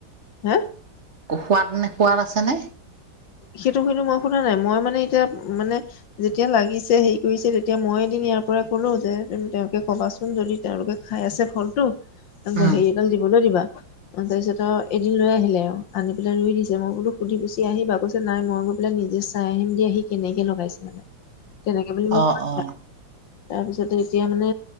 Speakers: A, on the left (about 70°); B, on the right (about 40°).
A: হা!
B: অ সোৱাদ নে, সোৱাদ আছে নে?
A: সেইটো কিন্তু মই সোধা নাই। মই মানে এতিয়া, মানে যেতিয়া লাগিছে হেৰি কৰিছে, তেতিয়া মই এদিন ইয়াৰপৰা ক'লো যে, উম্ তেওঁকে ক'বাচোন। যদি তেওঁলোকে খাই আছে ফলটো, আ
B: উম
A: হেৰি এডাল দিবলৈ দিবা! অ তাৰপিছত আৰু, এদিন লৈ আহিলে। আনি পেলাই ৰুই দিছে। মই বোলো সুধি-পুচি আহিবা। কৈছ নাই মই গৈ পেলাই নিজে চাই আহিম দিয়া, সি কেনেকে লগাইছে মানে। তেনেকে বুলি মোক
B: অ
A: <unintelligible>
B: অ
A: তাৰপিছতে এতিয়া মানে,